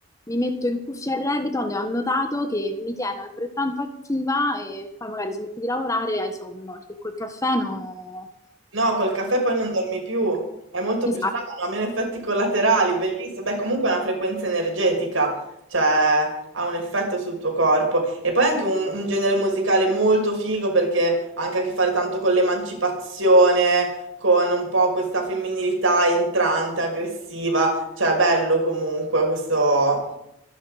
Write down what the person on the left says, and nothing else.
mi metto in cuffia il reggaeton e ho notato che mi tiene altrettanto attiva e poi magari smetti di lavorare e hai sonno, perché col caffè no...
Esatto.